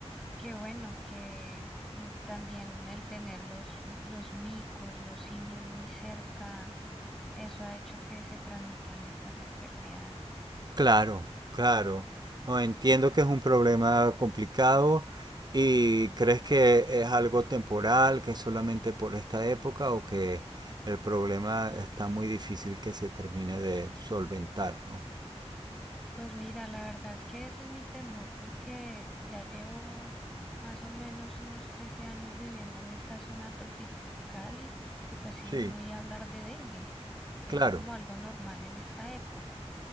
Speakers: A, in the centre; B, on the right.
A: que bueno, que mm, también el tener los, los micos, los simios muy cerca, eso ha hecho que se transmitan estas enfermedades.
B: claro, claro. No, entiendo que es un problema complicado y crees que es algo temporal, que es solamente por esta época o que el problema está muy difícil que se termine de solventar, ¿no?
A: Pues mira, la verdad es que ese es mi temor porque ya llevo más o menos unos 13 años viviendo en esta zona tropical y, y pues sí,
B: Sí.
A: uno oía hablar de dengue, es
B: Claro,
A: como algo normal en esta época,